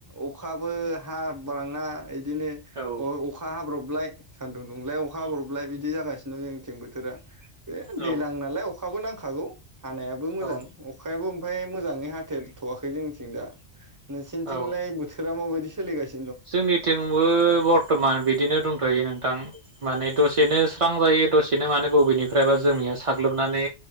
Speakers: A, on the right; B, on the right.
A: अखाबो हाबाङा इदिनो
B: औ
A: अ' अखा हाब्रबलाय सान दुं दुंलाय अखा हाब्रबलाय बिदि जागासिनो जोंनिथिं बोथोरा। बे
B: औ
A: दैलां नालाय अख अखाबो नांखागौ। हानायाबो मोजां
B: औ
A: अखायाबो ओमफाय मोजाङै हा देर थ'वाखै जोंनिथिं दा नोंसिनिथिंलाय
B: औ
A: बोथोरा माबादि? सोलिगासि
B: जोंनिथिंबो बर्थमान बिदिनो दंथयो नोंथां। माने दसेनो स्रां जायो दसेनो माने बबेनिफ्रायबा जोमैया साग्लोबनानै